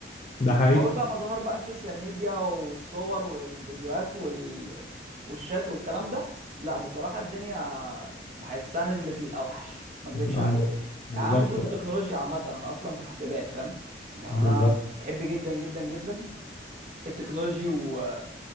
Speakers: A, on the left (about 40°); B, on the right (about 40°).
A: ده حقيقي
B: اول بقى ما ظهر بقى السوشيال ميديا والصور والفيديوهات وال... والشات والكلام ده لا بصراحة الدنيا بحسها نزلت للأوحش ما اكدبش
A: اه
B: عليك
A: بالظبط
B: يعني انا مش ضد التكنولوجيا عامة انا اصلا في حاسبات فاهم يعني
A: بالظبط
B: انا بحب جدا جدا جدا التكنولوجي و...